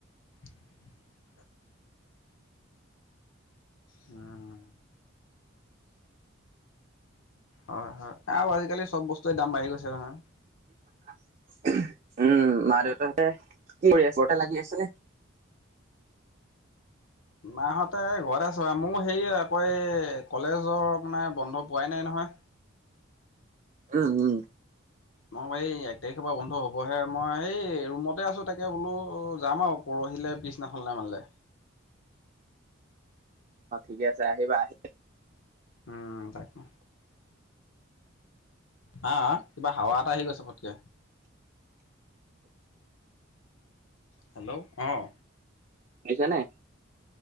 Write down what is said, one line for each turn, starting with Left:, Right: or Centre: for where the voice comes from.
Left: <inaudible> উম হয় হয় আৰু আজিকালি চব বস্তুৰে দাম বাঢ়ি গৈছে নহয়।
Right: <inaudible> উম, মা-দেউতাহঁতে কি কৰি আছে? ঘৰতে লাগি আছে নে?
Left: মাহঁতে ঘৰত আছে, মোৰ হেৰি আকৌ এই কলেজৰ আপোনাৰ বন্ধ পোৱাই নাই নহয়।
Right: উম উম
Left: মই এই এক তাৰিখৰ পৰা বন্ধ হবহে মই এই ৰুমতে আছো তাকে বোলো যাম আৰু পৰ <inaudible> পঢ়িলে পিছদিনাখন <inaudible>
Right: অ ঠিকে আছে আহিবা আহি <inaudible>
Left: উম তাকে হা কিবা হাৱা এটা আহি গৈছে পটকে হেল্ল' অঁ
Right: <inaudible> নে